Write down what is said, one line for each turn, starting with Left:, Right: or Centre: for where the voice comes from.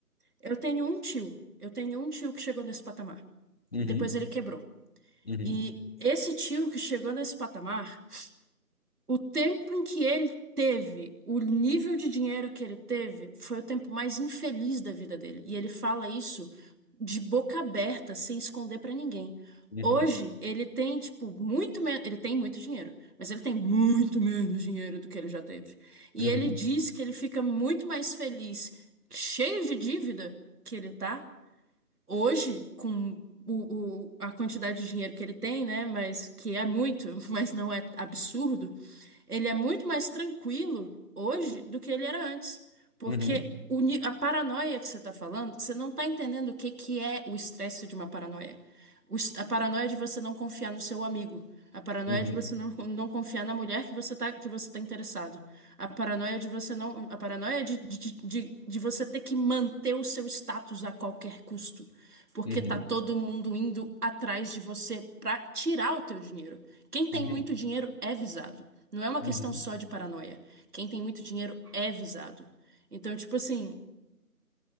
Right: eu tenho um tio, eu tenho um tio que chegou nesse patamar
Left: Uhum,
Right: e depois ele quebrou.
Left: uhum,
Right: E esse tio que chegou nesse patamar O tempo em que ele teve, o nível de dinheiro que ele teve, foi o tempo mais infeliz da vida dele. E ele fala isso de boca aberta, sem esconder pra ninguém.
Left: uhum,
Right: Hoje ele tem, tipo, muito menos. Ele tem muito dinheiro, mas ele tem muito menos dinheiro do que ele já teve. E
Left: uhum,
Right: ele diz que ele fica muito mais feliz, cheio de dívida que ele tá, hoje, com o, o- a quantidade de dinheiro que ele tem, né? Mas que é muito, <laughs> mas não é absurdo, ele é muito mais tranquilo hoje do que ele era antes. Porque
Left: uhum,
Right: o ni- a paranoia que você está falando, você não está entendendo o que, que é o estresse de uma paranoia. O est- a paranoia de você não confiar no seu amigo. A paranoia
Left: uhum,
Right: de você não, não confiar na mulher que você tá, que você tá interessado. A paranoia de você não, a paranoia de, de, de, de você ter que manter o seu status a qualquer custo porque
Left: uhum,
Right: tá todo mundo indo atrás de você pra tirar o teu dinheiro. Quem tem
Left: uhum,
Right: muito dinheiro é visado. Não é uma
Left: uhum,
Right: questão só de paranoia. Quem tem muito dinheiro é visado. Então, tipo assim,